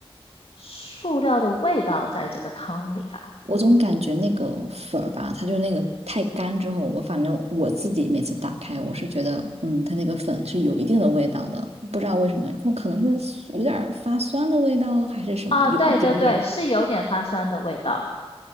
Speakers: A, on the left; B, on the right.
A: 塑料的味道在这个汤里啊？
B: 我总感觉那个粉儿吧，它就是那个太干之后，我反正我自己每次打开，我是觉得，嗯，它那个粉是有一定的味道的，不知道为什么，我可能是有点儿发酸的味道还是什么，
A: 啊，
B: 有一点点。
A: 对对对，是有点发酸的味道，